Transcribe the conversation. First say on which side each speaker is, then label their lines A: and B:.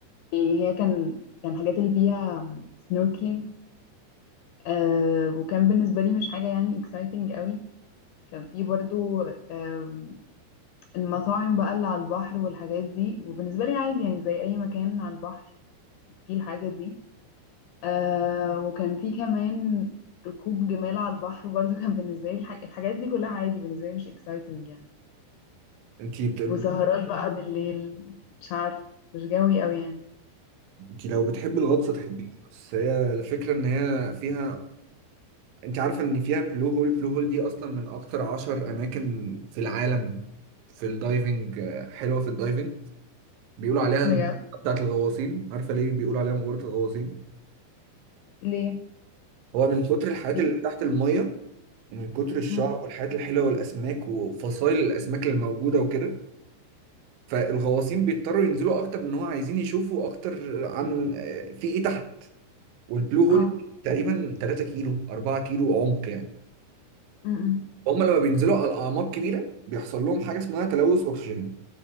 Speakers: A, on the left (about 80°); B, on the right (about 75°).
A: يعني هي كان كان الحاجات اللي فيها سنوركلينج آه وكان بالنسبة لي مش حاجة يعني اكسايتنج قوي كان في برضو آم، المطاعم بقى اللي على البحر والحاجات دي وبالنسبة لي عادي يعني زي أي مكان على البحر فيه الحاجة دي آه وكان في كمان ركوب جمال على البحر برضو <laughs> كان بالنسبة لي الح- الحاجات دي كلها عادي بالنسبة لي مش اكسايتنج يعني
B: انت بت...
A: وسهرات بقى بالليل مش عارفة مش جوي قوي يعني
B: انت لو بتحبي الغطس تحبيه بس هي الفكره ان هي فيها انت عارفه ان فيها بلو هول بلو هول دي اصلا من اكتر عشر اماكن في العالم في الدايفنج آه، حلوه في الدايفنج بيقولوا عليها
A: بجد
B: المقبره بتاعت الغواصين عارفه ليه بيقولوا عليها مقبره الغواصين
A: ليه
B: هو من كتر الحاجات
A: بي...
B: اللي تحت الميه ومن كتر الشعب
A: مم.
B: والحاجات الحلوه والاسماك وفصائل الاسماك اللي موجوده وكده فالغواصين بيضطروا ينزلوا اكتر ان هو عايزين يشوفوا اكتر عن آه، في ايه تحت والبلو هول
A: اه
B: تقريبا 3 كيلو 4 كيلو عمق يعني
A: مم.
B: هم لما بينزلوا على اعماق كبيره بيحصل لهم حاجه اسمها تلوث اكسجين